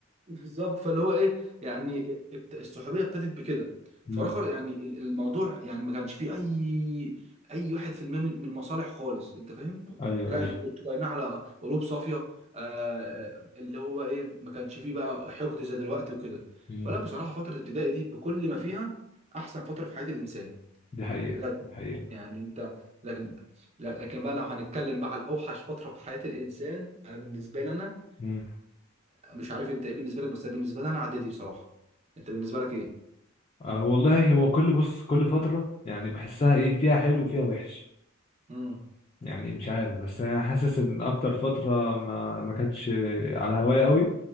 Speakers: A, on the right; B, on the left.
A: بالظبط فاللي هو ايه يعني ابت- الصحوبيه ابتدت بكده
B: امم
A: فراخر يعني ال- الموضوع يعني ما كانش فيه اي اي واحد في المية من من المصالح خالص انت فاهم
B: ايوه
A: لا
B: ايوه
A: انت كنت قايمه على قلوب صافيه آه اللي هو ايه ما كانش فيه بقى حقد زي دلوقتي وكده
B: امم
A: فلا بصراحه فتره الابتدائي دي بكل ما فيها احسن فتره في حياه الانسان
B: دي حقيقة
A: بجد
B: دي حقيقة
A: يعني انت لكن لكن بقى لو هنتكلم بقى على اوحش فتره في حياه الانسان انا بالنسبه لنا
B: امم
A: مش عارف انت ايه بالنسبه لك بس بالنسبه لي انا اعدادي بصراحه انت بالنسبه لك ايه
B: آه والله هو كل بص كل فترة يعني بحسها ايه فيها حلو وفيها وحش
A: امم
B: يعني مش عارف بس انا حاسس ان اكتر فترة ما ما كانتش على هواية قوي